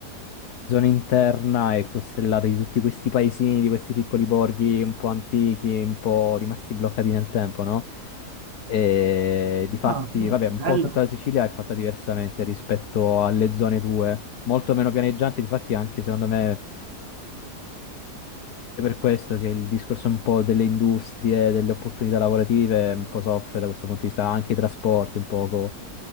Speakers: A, on the left; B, on the right.
A: zona interna è costellata di tutti questi paesini, di questi piccoli borghi un po' antichi, un po' rimasti bloccati nel tempo, no? E difatti,
B: Ah, no,
A: vabbè, un
B: bello.
A: po' tutta la Sicilia è fatta diversamente rispetto alle zone tue, molto meno pianeggianti, difatti anche secondo me è per questo che il discorso un po' delle industrie, delle opportunità lavorative un po' soffre da questo punto di vista, anche i trasporti un poco,